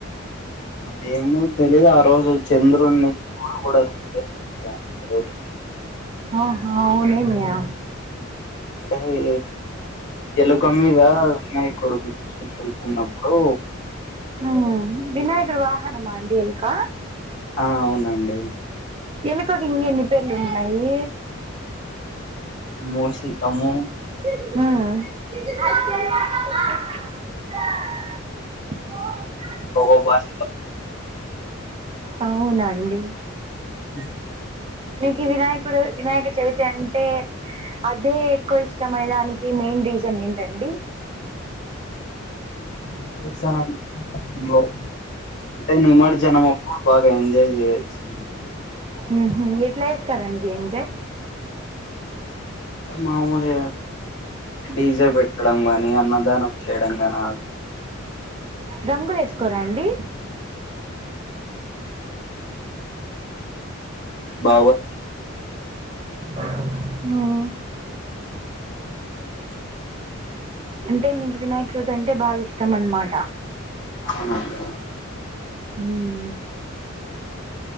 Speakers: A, on the left; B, on the right.
A: అవే ఏమో తెలీదు ఆ రోజు చంద్రుణ్ణి చడకూడద్ <unintelligible> <unintelligible>
B: ఆహా ఔనేమి ఆ
A: నరి ఎలుక మీద వినాయకుడు గుర్చని వెళ్ళతున్నప్పుడు
B: ఆ వినాయకుడి వాహనమ అండీ ఎలుక
A: ఆ అవునండి
B: ఎలుక ఏంది ఇన్ని పేర్లు ఉన్నాయి
A: మూసికము
B: అ
A: ఒక బట
B: అవునండి
A: ఇ
B: నీకు వినాయకుడు వినాయక చవితి అంటే అదే ఎక్కువ ఇష్టం అనే దానికి మెయిన్ రీజన్ ఏంటండి
A: అంటే నిమ్మడి జనం బాగా ఎంజాయ్ చేయొచ్చుండి
B: ఊహు అది ఎట్లా ఇస్తారండి <unintelligible>
A: మామూలు డీజే పెట్టడం గానీ అన్నదానం చేయడం ఎనా
B: రంగులు వేసుకోరా అండి
A: బాగా
B: మ్
A: <inaudible>
B: అంటే మీకు వినాయక చవితి అంటే బాగా ఇష్టం అనమాట
A: అవునండి
B: మ్